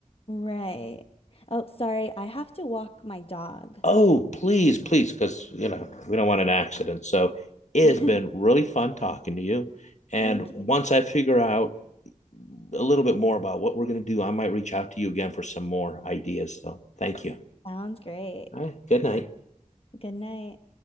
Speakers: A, on the left; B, on the left.
A: Right. Oh, sorry. I have to walk my dog.
B: Oh, please, please, because you know we don't want an accident. So it
A: <laughs>
B: has been really fun talking to you. And
A: Thank you.
B: once I figure out a little bit more about what we're going to do, I might reach out to you again for some more ideas. So thank you.
A: Sounds great.
B: All right. Good night.
A: Good night.